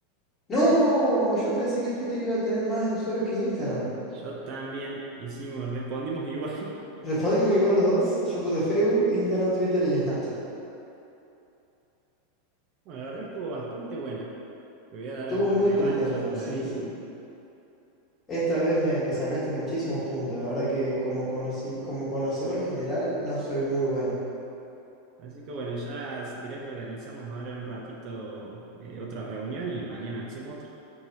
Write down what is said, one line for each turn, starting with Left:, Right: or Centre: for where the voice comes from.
Left: ¡No! Yo pensé que Twitter iba a tener más usuarios que Instagram.
Right: Yo también hicimos, respondimos igual. <laughs>
Left: Respondimos igual los dos. Yo puse Facebook, Instagram, Twitter y Snapchat.
Right: Bueno, la verdad que estuvo bastante buena. Te voy a dar
Left: Estuvo
Right: alguna
Left: muy
Right: revancha
Left: entretenido,
Right: por
Left: sí,
Right: ahí.
Left: sí. Esta vez me, me sacaste muchísimos puntos. La verdad que como conocí, como conocedor general no soy muy bueno.
Right: Así que bueno, ya si querés organizamos ahora en un ratito eh, otra reunión y mañana hacemos otra.